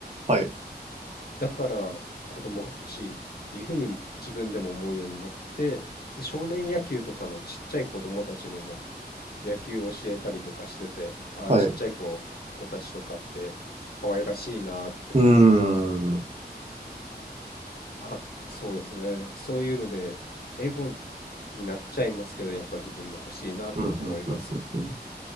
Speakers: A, on the right (about 40°); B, on the left (about 65°).
A: はい。
B: だから子供が欲しいっていうふうにも自分でも思うようになって、で、少年野球とかのちっちゃい子供たちにも野球を教えたりとかしてて、ああ、
A: はい。
B: ちっちゃい子、
A: う
B: 子たちとかって可愛らしいなーって。
A: ーん。うん
B: まあ、そうですね。そういうので、エゴになっちゃいますけど、やっぱ自分で欲しいなとは思います。
A: うんうんうん